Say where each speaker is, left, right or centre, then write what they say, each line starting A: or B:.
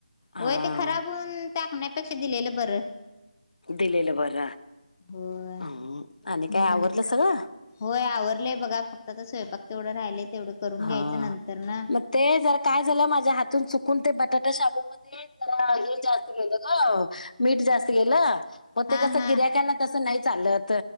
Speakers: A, on the left; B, on the left.
A: हा
B: होय ते खराब होऊन टाकण्यापेक्षा दिलेलं बरं.....
A: दिलेलं बर
B: होय
A: आणि
B: हम्म
A: काय आवरलं सगळं.
B: होय आवरलंय बघा फक्त आ स्वयंपाक तेवढं राहिलंय तेवढं.... करून
A: हा
B: घ्यायचं नंतर न
A: मग ते जर काय झालं माझ्या हातून चुकून ते बटाटा शाबूमध्ये.... जरा हे जास्त गेलं का मीठ जास्त गेलं.... पग
B: हा
A: ते कसं
B: हा
A: गिर्याकला तसं नाही चालत....